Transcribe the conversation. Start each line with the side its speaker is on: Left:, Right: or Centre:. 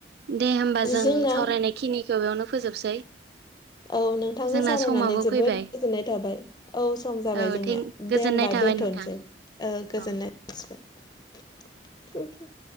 Right: दे होनबा जों
Left: जोंना
Right: सावरायनाय खिनिखौ बेयावनो फोजोबसै।
Left: औ नोंथांजों
Right: जोंना
Left: सावरायनानै
Right: समाबो
Left: जोबोद
Right: फैबाय
Left: गोजोननाय थाबाय। औ सम जाबाय
Right: औ
Left: जोंनिया
Right: थें गोजोननाय
Left: दे होमबा
Right: थाबाय
Left: दोनथ'नोसै
Right: नोंथां
Left: ओ गोजोननाय
Right: औ
Left: <unintelligible>